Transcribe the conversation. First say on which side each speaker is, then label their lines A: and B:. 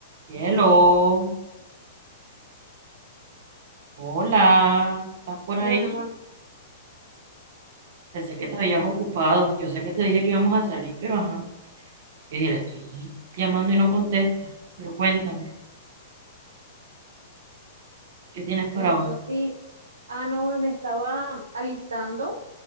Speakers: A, on the right; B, on the right.
A: Cielo, hola, ¿estás por
B: Hola,
A: ahí?
B: mi amor.
A: Pensé que
B: Sí,
A: te habías ocupado. Yo sé que te dije que íbamos a salir, pero ajá. Yo dije, le estoy llamando y no contesta. Pero cuéntame, ¿qué tienes
B: esto
A: para hoy?
B: sí. Ah, no, me estaba alistando